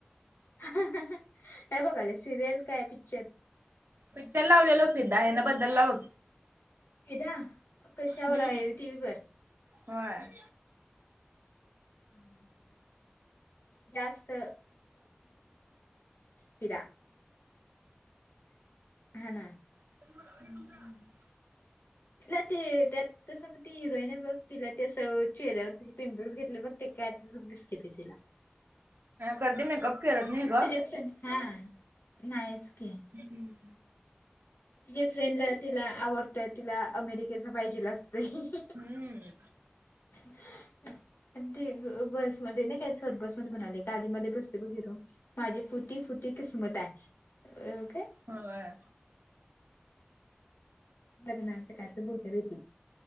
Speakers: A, on the left; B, on the right.
A: हहहं. काय बघायले सिरियल काय पिक्चर?
B: पिक्चर लावलेलो फिदा, ह्यन बदलला बघ.
A: फिदा, कशावर
B: हम्म
A: आहे टीव्हीवर.
B: होय.
A: चांगला आहे फिदा. <unintelligible> जास्त फिदा हा ना.
B: हं. <unintelligible>
A: तिला ते त्यात तसं मग ती हिरोईन आहे बघ, तिला त्ये असं चेहऱ्यावर तेन पिंपल्स घेतलय बघ ते कॅट लूक दिसतय ते तीला.
B: कधी मेकअप करत नाही ग.
A: तुझ्या प हा नाहीच की.
B: हं.
A: ति जे फ्रेंडला तिला आवडतय तिला अमेरिकेतनं पाहिजेल असतय.
B: हम्म.
A: पण ते बसमध्ये नाही काय, बसमध्ये म्हणालोय गाडीमध्ये बसतोय बघ हिरो माझी फुटी फुटी किस्मत हाय. अ काय
B: होय
A: मागनं असं काय तर बोलतय बाई ती